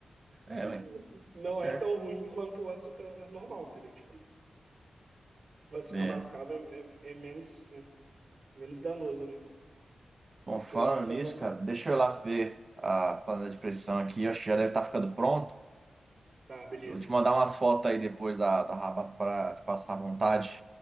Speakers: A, on the right; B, on the right.
A: É,
B: <laughs>
A: ué,
B: Não
A: tá certo.
B: é tão ruim quanto o açúcar normal, entendeu? Tipo, o açúcar
A: É.
B: mascavo é, é, é menos, é menos danoso, né?
A: Bom,
B: Do
A: falando
B: que o açúcar
A: nisso,
B: normal.
A: cara, deixa eu ir lá ver a panela de pressão aqui. Acho que já deve estar ficando pronto.
B: Tá, beleza.
A: Eu vou te mandar umas fotos aí depois da, da rabata para te passar à vontade.